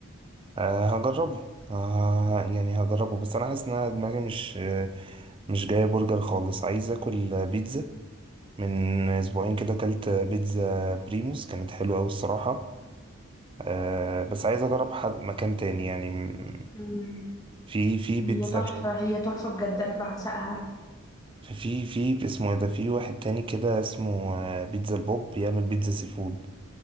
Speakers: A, on the right; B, on the left.
A: أه هجربه أه يعني هجربه بس انا حاسس ان أنا دماغي مش آه، مش جايه برجر خالص عايز اكل آه، بيتزا من اسبوعين كده اكلت بيتزا بريموس كانت حلوه قوي الصراحه أه بس عايز اجرب حد مكان تاني يعني م-
B: مم.
A: في في بيتزا
B: هي تحفة
A: مش عارف
B: هي تحفة بجد انا بعشقها
A: في في في اسمه ايه ده في واحد تاني كده اسمه آه، بيتزا البوب بيعمل بيتزا سي فود